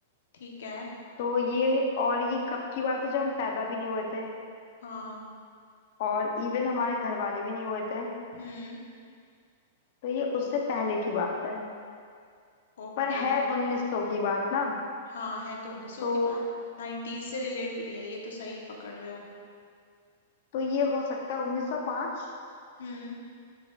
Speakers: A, on the left; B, on the left.
A: ठीक है
B: तो ये और ये कब की बात है जब हम पैदा भी नहीं हुए थे
A: हाँ
B: और इवन हमारे घर वाले भी नहीं हुए थे
A: हम्म
B: तो ये उससे पहले की बात है
A: ओके
B: पर है 1900 की बात ना
A: हाँ है तो 1900
B: तो
A: की बात 90s से रिलेटेड ही है ये तो सही पकड़ रहे हो
B: तो ये हो सकता है 1905
A: हम्म